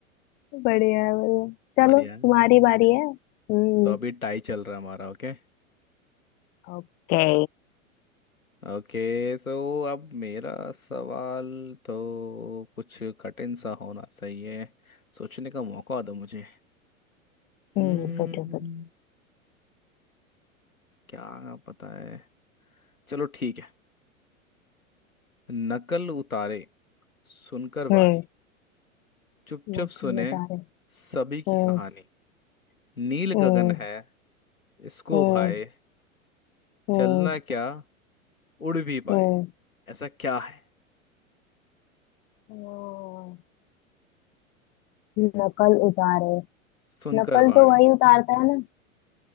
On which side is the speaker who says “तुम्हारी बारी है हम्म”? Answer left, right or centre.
Left